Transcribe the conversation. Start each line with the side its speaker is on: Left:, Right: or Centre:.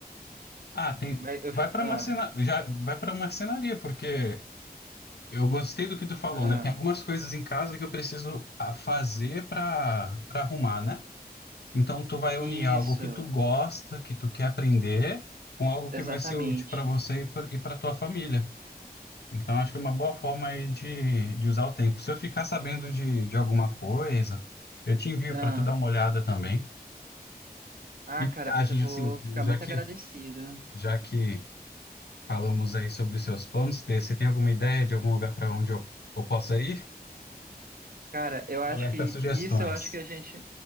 Left: Ah, tem.
Right: Vai, eu
Left: Vai
Right: fi-
Left: para
Right: ah,
Left: marcena... já vai para marcenaria, porque eu gostei do que tu falou,
Right: ah,
Left: né? Tem algumas coisas em casa que eu preciso ah, fazer para para arrumar, né? Então tu vai
Right: isso,
Left: unir algo que tu gosta, que tu quer aprender, com algo que
Right: exatamente.
Left: vai ser útil para você e para tua família. Então acho que é uma boa forma aí de, de usar o tempo. Se eu ficar sabendo de, de alguma coisa, eu te envio
Right: Ah.
Left: para tu dar uma olhada também.
Right: Ah,
Left: E
Right: cara,
Left: viagem
Right: pois eu vou
Left: assim,
Right: ficar
Left: já
Right: muito
Left: que
Right: agradecido.
Left: já que Falamos aí sobre os seus planos. Tê. Você tem alguma ideia de algum lugar para onde eu, eu possa ir?
Right: Cara, eu acho
Left: Roberta,
Right: que
Left: sugestões.
Right: isso eu acho que a gente,